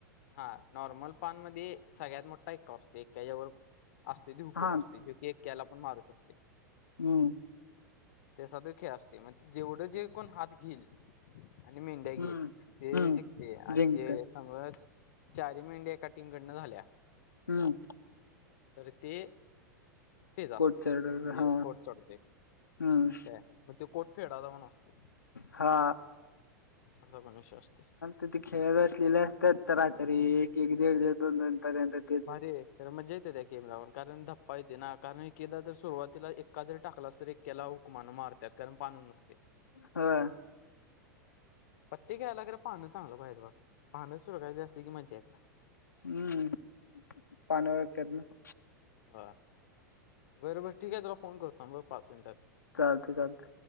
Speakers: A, on the left (about 55°); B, on the left (about 80°).
A: हा नॉर्मल पानमध्ये सगळ्यात मोठा एक्का आसतोय एक्क्याच्यावर असते ती हुकूम
B: हां,
A: असते जो की एकक्याला पण मारू शकते.
B: हम्म
A: त्याचा तो खेळ असते मग जेवढं जे कोण हात घेईल आणि मेंढ्या घेईल
B: हं,
A: ते
B: हं.
A: जिकते आणि
B: जिंकतं.
A: जे समज चारी मेंढ्या एका टीमकडनं झाल्या
B: हम्म
A: तर ते त्याचं
B: कोटचडर
A: असतेय म्हणजे
B: हां,
A: कोट चढतोय.
B: हं.
A: काय मग त्यो कोट फेडायचा पण असतोय.
B: हा
A: असा पण विषय असतोय.
B: तिथ खेळत असलेल्या असत्यात रात्री एक एक दीड दीड दोन दोन पर्यंत तेच.
A: भारीये. तर मजा येते त्या गेमला पण कारण धप्पा येते ना कारण एक एकेदा तर सुरुवातीला एक्का जरी टाकलास तरी एक्याला हुकमान मारत्यात कारण पाणच नसतेय.
B: होय.
A: पत्ते खेळायला खरं पानं चांगलं पाहिजेत बघा, पानं चुरघळेली असली की मजा येत नाही!
B: हम्म! पान ओळखत्यात ना! !
A: हा! ! बर! बर! ठीक आहे, तुला फोन करतो थांबहा पाच मिनिटात!
B: चालत चालतय! !